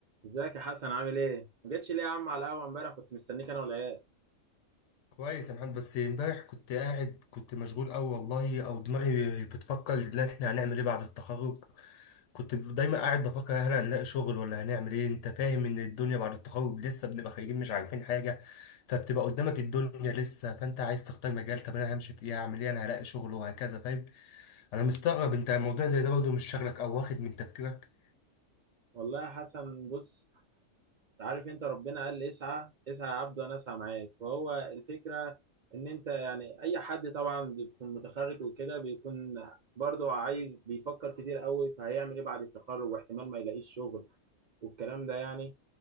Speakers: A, on the right; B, on the left.
A: ازيك يا حسن عامل ايه؟ ما جتش ليه يا عم على القهوه امبارح كنت مستنيك انا والعيال
B: كويس يا محمد بس امبارح كنت قاعد كنت مشغول قوي والله او دماغي بتفكر ان احنا هنعمل ايه بعد التخرج كنت دايما قاعد بفكر هل هنلاقي شغل ولا هنعمل ايه انت فاهم ان الدنيا بعد التخرج لسه بنبقى خارجين مش عارفين حاجه فبتبقى قدامك الدنيا لسه فانت عايز تختار مجال طب انا همشي في ايه هعمل ايه انا هلاقي شغل وهكذا فاهم انا مستغرب انت الموضوع زي ده برضه مش شغلك او واخد من تفكيرك
A: والله يا حسن بص عارف انت ربنا قال اسعى اسعى يا عبد وانا اسعى معاك فهو الفكره ان انت يعني اي حد طبعا بيكون متخرج وكده بيكون برضه عايز بيفكر كتير قوي فهيعمل ايه بعد التخرج واحتمال ما يلاقيش شغل والكلام ده يعني